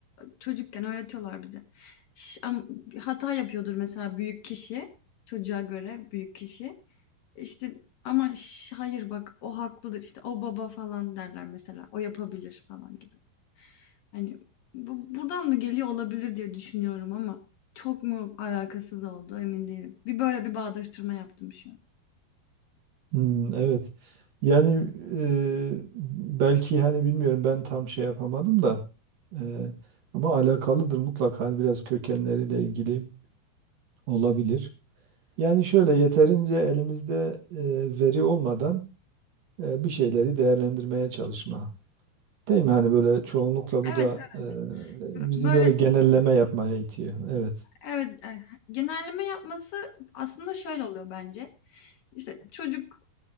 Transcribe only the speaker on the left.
çocukken öğretiyorlar bize. Ş am hata yapıyordur mesela büyük kişi, çocuğa göre büyük kişi. İşte ama "Şş, hayır bak o haklıdır." işte, "O baba." falan derler mesela. "O yapabilir." falan gibi. Hani bu buradan da geliyor olabilir diye düşünüyorum ama çok mu alakasız oldu emin değilim. Bir böyle bir bağdaştırma yaptım şu an.
Evet,
evet.
böyle
evet, eh, genelleme yapması aslında şöyle oluyor bence. İşte çocuk,